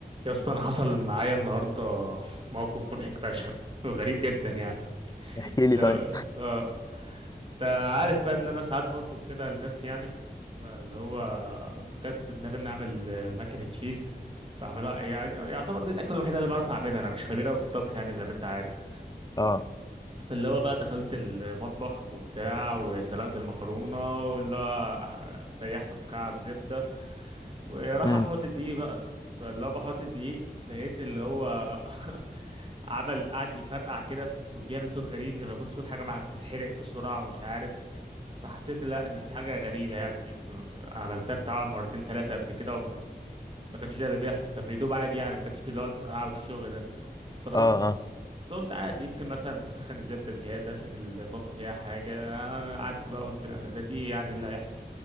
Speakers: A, on the right (about 35°); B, on the left (about 20°).
A: يا اسطى انا حصل معايا النهارده موقف مضحك فشخ وغريب جدا يعني
B: كيلي
A: لا
B: طيب
A: اه انت عارف بقى ان انا ساعات بطبخ كده لنفسي يعني فاللي هو جت في دماغي اني اعمل آه، مكنة تشيز بعملها يعني يعتبر دي الاكله الوحيده اللي بعرف اعملها انا مش خبير قوي في الطبخ يعني زي ما انت عارف
B: اه
A: فاللي هو بقى دخلت المطبخ وبتاع وسلقت المكرونه واللي هو سيحت مكعب زبده وراح
B: امم
A: احط الدقيق بقى فاللي هو بحط الدقيق لقيت اللي هو <laughs> عمل قعد يفرقع كده وبيعمل صوت غريب زي ما يكون صوت حاجة مع بتتحرق بسرعة ومش عارف فحسيت لا ان في حاجة غريبة يعني بي- عملتها بتاع مرتين تلاتة قبل كده وما كانش ده اللي بيحصل كان بيدوب عادي يعني ما كانش فيه اللي هو الفرقعة والشغل ده فاستغربت
B: اه اه
A: بس قلت عادي يمكن مثلا مسخن الزبدة زيادة الطاسة فيها حاجة أنا قعدت بقى قلت ده دي يعني اللي هيحصل